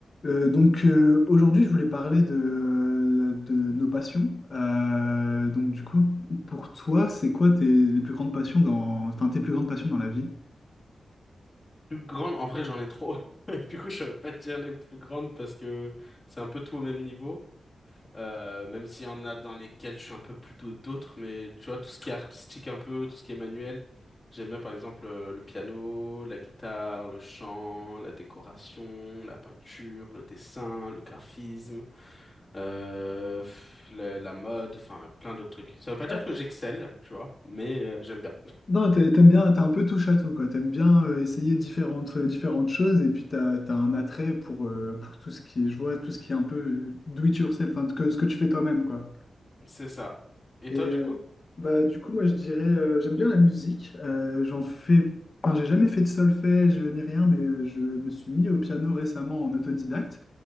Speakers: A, on the left; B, on the left.
A: Euh, donc euh, aujourd'hui, je voulais parler de, de nos passions. Euh, donc du coup, pour toi, c'est quoi tes les plus grandes passions dans, enfin tes plus grandes passions dans la vie?
B: Plus grande, en vrai, j'en ai trop. <laughs> Et Du coup, je ne pas te dire les plus grandes parce que c'est un peu tout au même niveau. Euh, même s'il y en a dans lesquelles je suis un peu plus doué que d'autres, mais tu vois, tout ce qui est artistique un peu, tout ce qui est manuel, j'aime bien par exemple euh, le piano, la guitare, le chant, la décoration, la peinture, le dessin, le graphisme, euh, pff, la, la mode, enfin plein d'autres trucs. Ça veut pas dire
A: Ah,
B: que j'excelle, tu vois, mais euh, j'aime bien.
A: non, t'a- t'aimes bien, t'es un peu touche à tout quoi. T'aimes bien euh, essayer différentes euh, différentes choses et puis t'as, t'as un attrait pour euh, pour tout ce qui est, je vois tout ce qui est un peu euh, do it yourself, enfin que, ce que tu fais toi-même quoi.
B: C'est ça. Et
A: Et
B: toi,
A: euh,
B: du coup?
A: bah, du coup, moi, je dirais, euh, j'aime bien la musique. Euh, j'en fais, enfin, j'ai jamais fait de solfège euh, ni rien, mais euh, je me suis mis au piano récemment en autodidacte.